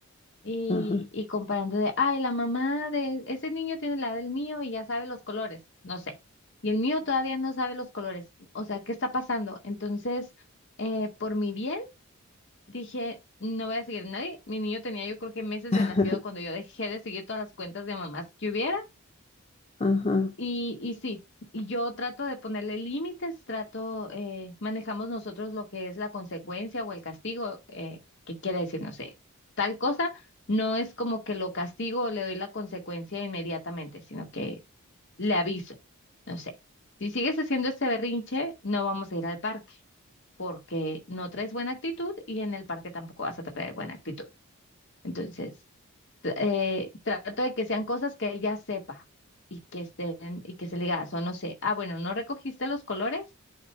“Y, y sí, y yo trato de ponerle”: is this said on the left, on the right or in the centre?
Left